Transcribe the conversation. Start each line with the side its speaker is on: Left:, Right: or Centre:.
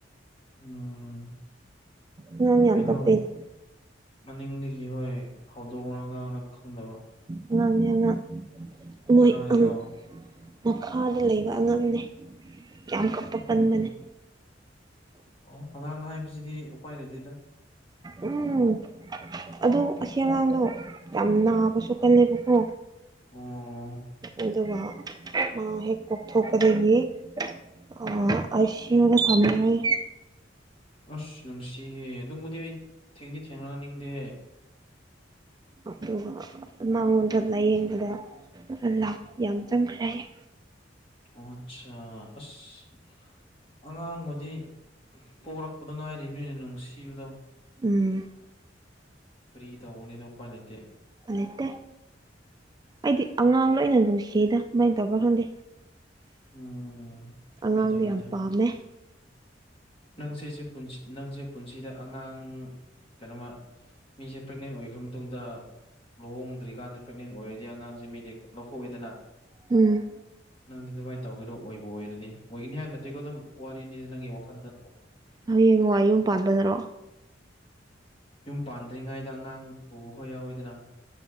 Left: ꯎꯝ
Right: ꯑꯉꯥꯡ ꯌꯥꯝ
Left: ꯀꯩꯅꯣ
Right: ꯀꯞꯄꯦꯅꯦ
Left: ꯃꯅꯤꯡꯗꯒꯤ ꯍꯣꯏ ꯍꯧꯗꯣꯡꯔ ꯑꯉꯥꯡꯔ ꯈꯪꯗꯕ
Right: ꯑꯉꯥꯡꯅꯦ ꯑꯉꯥꯡ ꯃꯣꯏ
Left: ꯀꯅꯥꯒꯤꯔꯣ
Right: ꯑꯪ ꯃꯈꯥꯗ ꯂꯩꯕ ꯑꯉꯥꯡꯅꯦ ꯌꯥꯝ ꯀꯞꯄꯛ
Left: ꯑꯣ
Right: ꯀꯟꯕꯅꯦ
Left: ꯑꯣ ꯑꯉꯥꯡ ꯍꯥꯏꯕꯁꯤꯗꯤ ꯎꯄꯥꯏ ꯂꯩꯗꯦꯗ
Right: ꯎꯝ ꯑꯗꯨ ꯑꯁꯤ ꯑꯉꯥꯡꯗꯣ ꯌꯥꯝ ꯅꯥꯕꯁꯨ ꯀꯜꯂꯦꯕꯀꯣ
Left: ꯑꯣ
Right: ꯑꯗꯨꯒ ꯃꯥ ꯍꯦꯛ ꯄꯣꯛꯊꯣꯛꯄꯗꯒꯤ ꯑꯥ ꯑꯥꯏ ꯁꯤ ꯌꯨꯗ ꯊꯝꯃꯦ ꯍꯥꯏꯌꯦ
Left: ꯑꯁ ꯅꯨꯡꯁꯤꯍꯦ ꯑꯗꯨꯝꯕꯨꯗꯤ ꯑꯩ ꯊꯦꯡꯗꯤ ꯊꯦꯡꯅꯅꯤꯡꯗꯦ
Right: ꯑꯗꯨꯒ ꯃꯉꯣꯟꯗ ꯂꯥꯏꯌꯦꯡꯕꯗ ꯑꯥ ꯂꯥꯛ ꯌꯥꯝ ꯆꯪꯈ꯭ꯔꯦ ꯍꯥꯏꯌꯦ
Left: ꯑꯣ ꯑꯠꯁꯥ ꯑꯁ ꯑꯉꯥꯡꯕꯨꯗꯤ ꯄꯣꯔꯛꯄꯗ ꯉꯥꯏꯔꯤꯕꯅꯤꯅ ꯅꯨꯡꯁꯤꯕꯗꯣ
Right: ꯎꯝ
Left: ꯀꯔꯤ ꯇꯧꯒꯅꯤꯗ ꯎꯄꯥꯏ ꯂꯩꯇꯦ
Right: ꯂꯩꯇꯦ ꯑꯩꯗꯤ ꯑꯉꯥꯡ ꯂꯣꯏꯅ ꯅꯨꯡꯁꯤꯗ ꯀꯃꯥꯏ ꯇꯧꯕꯔ ꯈꯪꯗꯦ
Left: ꯎꯝ
Right: ꯑꯉꯥꯡꯗꯤ
Left: ꯍꯣꯏꯗ ꯍꯣꯏꯗ
Right: ꯌꯥꯝ ꯄꯥꯝꯃꯦ
Left: ꯅꯪꯁꯦ ꯄꯨꯟꯁꯤꯗ ꯑꯉꯥꯡ ꯀꯩꯅꯣꯃ ꯃꯤꯁꯦ ꯄ꯭ꯔꯦꯒꯅꯦꯟ ꯑꯣꯏꯈ꯭ꯔ ꯃꯇꯨꯡꯗ ꯂꯨꯍꯣꯡꯗ꯭ꯔꯤꯀꯥꯟꯗ ꯄ꯭ꯔꯦꯛꯅꯦꯟ ꯑꯣꯏꯔꯗꯤ ꯑꯉꯥꯡꯁꯦ ꯃꯤꯗꯤ ꯂꯧꯊꯣꯛꯏꯗꯅ
Right: ꯎꯝ
Left: ꯅꯪꯗꯤ ꯑꯗꯨꯃꯥꯏꯅ ꯇꯧꯒꯦꯔꯣ ꯑꯣꯏꯕ ꯑꯣꯏꯔꯗꯤ ꯑꯣꯏꯒꯅꯤ ꯍꯥꯏꯕ ꯅꯠꯇꯦꯀꯣ ꯑꯗꯨꯝ ꯋꯥꯔꯤꯅꯤꯗ ꯅꯪꯒꯤ ꯋꯥꯈꯟꯗ
Right: ꯍꯌꯦꯡꯋꯥꯢ ꯌꯨꯝ ꯄꯥꯟꯕꯗꯔꯣ
Left: ꯌꯨꯝ ꯄꯥꯟꯗ꯭ꯔꯤꯉꯩꯗ ꯑꯉꯥꯡ ꯄꯨꯕꯈꯣꯢ ꯌꯥꯎꯋꯤꯗꯅ